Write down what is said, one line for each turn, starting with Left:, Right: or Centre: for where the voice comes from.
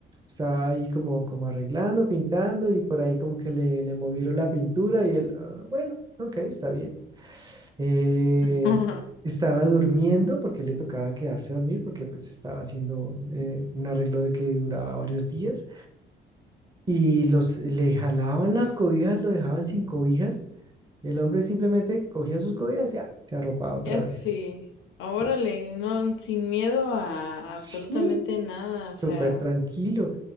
Right: estaba ahí como, como arreglando, pintando, y por ahí como que le, le movieron la pintura y él, "Ah, bueno, ok, está bien. Eh,
Left: <laughs>
Right: estaba durmiendo porque le tocaba quedarse a dormir porque pues estaba haciendo eh, un arreglo de que duraba varios días y los le jalaban las cobijas, lo dejaban sin cobijas, y el hombre simplemente cogía sus cobijas y ah, se arropaba otra
Left: Es
Right: vez.
Left: sí, órale,
Right: Sí,
Left: no, sin miedo a
Right: sí,
Left: absolutamente nada, o
Right: súper
Left: sea,
Right: tranquilo.